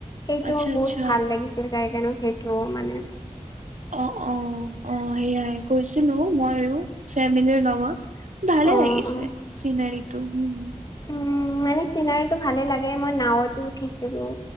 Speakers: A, on the left; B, on the right.
A: সেইটো
B: আচ্ছা আচ্ছা।
A: বহুত ভাল লাগিছিল যাই কেনে সেইটো মানে।
B: অ অ অ সেইয়াই গৈছিলো মইও ফেমিলিৰ লগত। ভালেই
A: অ
B: লাগিছে
A: অ
B: চিনেৰীটো উম।
A: উম মানে চিনাৰীটো ভালে লাগে মই নাৱতো উঠিছিলোঁ।